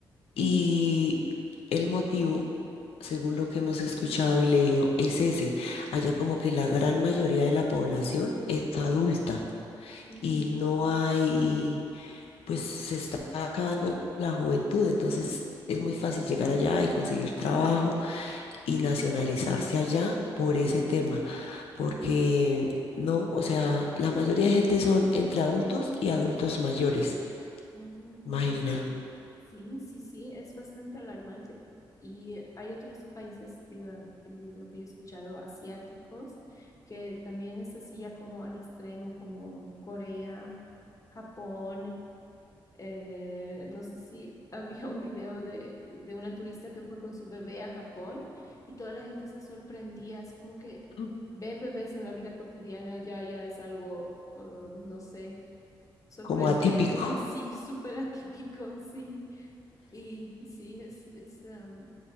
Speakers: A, on the left; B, on the left.
A: Y el motivo, según lo que hemos escuchado y leído, es ese. Allá como que la gran mayoría de la población es adulta
B: Mm,
A: y no hay pues se está acabando la juventud, entonces es muy fácil llegar allá y conseguir trabajo y nacionalizarse allá por ese
B: ujú.
A: tema, porque no, o sea, la mayoría de gente son entre adultos y adultos mayores,
B: Ah, mira.
A: imagina,
B: Sí, sí, sí, es bastante alarmante. Y hay otros países, diga, y lo que yo he escuchado, asiáticos, que también es así ya como al extremo, como Corea, Japón. eh, no sé si <laughs> había un video de, de una turista que fue con su bebé a Japón y toda la gente se sorprendía. Es como que
A: Mm.
B: ver bebés en la vida cotidiana ya, ya es algo, eh, no sé, sorprendente,
A: como atípico,
B: <laughs> sí, súper atípico, sí. Y sí, es, es, em,